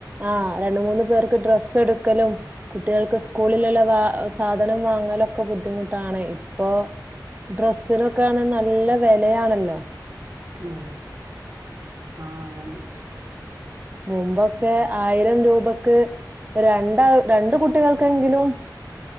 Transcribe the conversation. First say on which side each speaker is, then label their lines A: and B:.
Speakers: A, on the right; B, on the right.
A: ആ രണ്ട്മൂന്ന്പേർക്ക് ഡ്രസ്സെടുക്കലും കുട്ടികൾക്ക് സ്കൂളിലുള്ള വ സാധനം വാങ്ങലും ഒക്കെ ബുദ്ധിമുട്ടാണ് ഇപ്പോ ഡ്രസ്സിനൊക്കാണെ നല്ല വെലയാണല്ലോ
B: ഉം ആ അതന്നെ
A: മുമ്പൊക്കെ ആയിരം രൂപക്ക് രണ്ടാൾ രണ്ട് കുട്ടികൾക്കെങ്കിലും